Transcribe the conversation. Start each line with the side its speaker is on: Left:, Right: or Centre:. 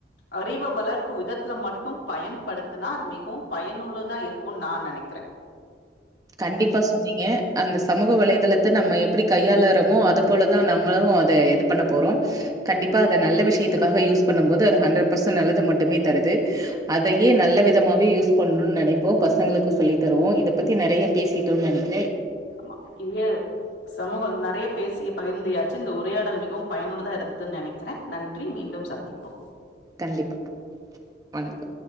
Left: அறிவை வளர்க்கும் விதத்துல மட்டும் பயன்படுத்தினா அது மிகவும் பயனுள்ளதா இருக்கும்னு நா நினைக்கிறே
Right: கண்டிப்பா சொன்னீங்க அந்த சமூக வலைதள ந்த நம்ம எப்படி கையாளறோமோ அதுபோலதான் நம்மளும் அத இது பண்ண போறோம் கண்டிப்பா அத நல்ல விஷயத்துக்காக யூஸ் பண்ணும் போது அது ஹண்டரட் பர்சன்ட் நல்லது மட்டுமே தருது அதையே நல்ல விதமாவே யூஸ் பண்ணனு நினைப்போம் பசங்களுக்கு சொல்லி தருவோம் இது இத பத்தி நிறைய பேசிட்டோம்னு நினைக்கன்
Left: ஆமா இதே சமூகம் நிறைய பேசிய பகிர்ந்தாச்சு இந்த ஊ உரையாடல் மிகவும் பயனுள்ளதா இருந்ததுன்னு நினக்க இருக்கிறேன் நன்றி மீண்டும் சந்திப்போம்
Right: கண்டிப்பா. வணக்கம்.